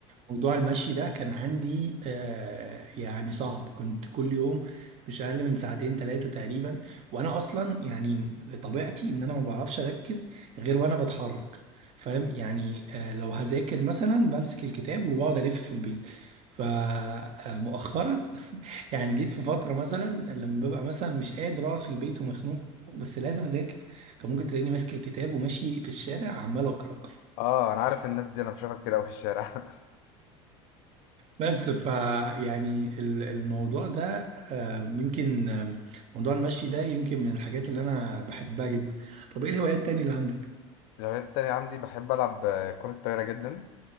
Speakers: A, on the right; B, on the left.
A: موضوع المشي ده كان عندي آه يعني صعب كنت كل يوم مش اقل من ساعتين ثلاثه تقريبا وانا اصلا يعني طبيعتي ان انا ما بعرفش اركز غير وانا بتحرك فاهم يعني آه لو هذاكر مثلا بمسك الكتاب وبقعد الف في البيت فمؤخرا <laughs> يعني جيت في فتره مثلا لما ببقى مثلا مش قادر اقعد في البيت ومخنوق بس لازم اذاكر فممكن تلاقيني ماسك الكتاب وماشي في الشارع عمال اقرا
B: اه انا عارف الناس دي انا بشوفها كتير قوي في الشارع <laughs>
A: بس ف يعني ال- الموضوع ده آه، يمكن آه، موضوع المشي ده يمكن من الحاجات اللي انا بحبها جدا طب ايه الهوايات التانية اللي عندك؟
B: الهوايات التانية عندي بحب ألعب آه، كرة طايرة جدا